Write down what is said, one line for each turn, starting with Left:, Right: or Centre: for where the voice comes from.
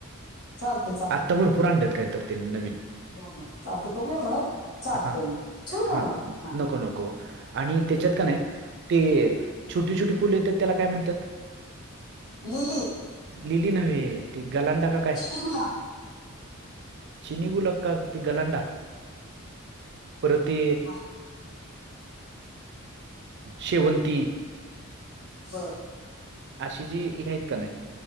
Left: चालतंय
Right: आत्ता भरपूर आणल्यात काय तर त्यांनी नवीन.
Left: होना चालतय बघूया मग चालतंय
Right: हां,
Left: मग. ठेवू का
Right: हां.
Left: मग? हा
Right: नको नको आणि त्याच्यात कणी ते छोटी छोटी फुलं येतात त्याला काय म्हण त्यात.
Left: लिली
Right: लिली नव्हे ती गलांडा का काय
Left: चिनी गुलाब
Right: चिनी गुलाब का ते गलांडा? परत ते
Left: काय
Right: शेवंती.
Left: बरं.
Right: अशी जी हे आहेत कणी